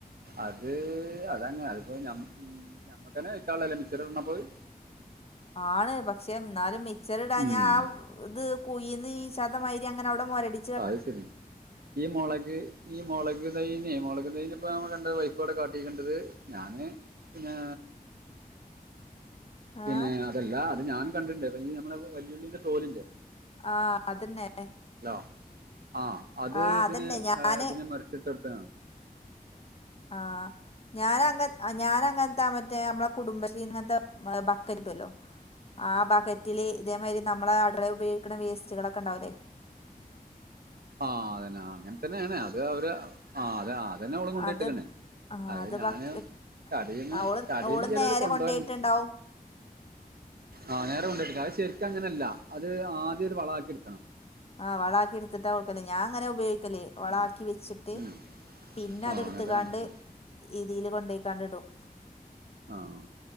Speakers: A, on the right (about 80°); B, on the left (about 40°).
A: അത് അതെ അതിപ്പോ മ്മക്ക തന്നെ വക്കാല്ലേ മിക്സർണപ്പോയി
B: ആണ് പക്ഷെ എന്നാലും മിച്ചർ ഇടാഞ്ഞ
A: ഉം
B: ആഹ ഇത് കൊയന്ന് ഈ ചാത്തമാരി അങ്ങനെ അവിടെ മൊരടി
A: അഹ അത് ശരി ഈ മുളക് ഈ മുളക് തൈനെ മുളക് തൈന ഇപ്പ നമ്മള് കണ്ട വൈഫൂടെ കാട്ടിക്കേണ്ടത് ഞാന് പിന്നെ
B: ആ
A: പിന്നെ അതല്ല അത് ഞാൻ കണ്ടിണ്ട് നി നമ്മളെ വെല്ലുളിന്റെ തോലിറെ
B: ആഹ അതന്നെ
A: ഹലോ ആഹ അത്
B: ആഹ്
A: ഇതിന്
B: അതന്നെ ഞാന്
A: ഇതിനെ മറിച്ചിട്ട് എടുത്തോ
B: ആഹ ഞാനങ്ങ ഞാന അങ്ങനത്തെ മറ്റേ നമ്മളെ കുടുംബശ്രീ ഇങ്ങനത്തെ ബക്കരിപ്പല്ലോ ആ ബക്കറ്റില് ഇതേമാതിരി നമ്മള അടല ഉപയോഗിക്കുന്ന വേസ്റ്റുകളൊക്കെ ഉണ്ടാവല്ലേ
A: ആഹ് അതന്നെ അങ്ങനെ തന്നെയാണ് അത് അവര് ആഹ അഹ അത്തന്നെ അവവിടെ കൊണ്ട
B: അത്
A: ഇട്ടണ്ട്
B: ആ
A: അത് ഞാന്
B: ബക്ക
A: തടീന്ന്
B: ആ ഓള്
A: തടീന്ന്
B: ഓള്
A: ചിലവര്
B: നേരെ
A: കൊണ്ടുപോലണ്ട്
B: കൊണ്ടോയിട്ടുണ്ടാവും
A: ആഹ നേരെ കൊണ്ടെടുക്കാം അത് ശരിക്ക അങ്ങനെയല്ല അത് ആദ്യം ഒരു വള ആക്കി എടുക്കണം
B: ആഹ വളാക്കി എടുത്തിട്ടാ കൊടുക്കല്ലേ ഞാ അങ്ങനെ ഉപയോഗിക്കല്ല വളക്കി
A: ഉം,
B: വെച്ചിട്ട്
A: ഉം.
B: പിന്നെ
A: ആ
B: അതെടുത്തുകാണ്ട്
A: അങ്ങനെ തന്നെയാണ് ഉം.
B: രീതിൽ കൊണ്ടപോക്കാണ്ടടും
A: ആഹ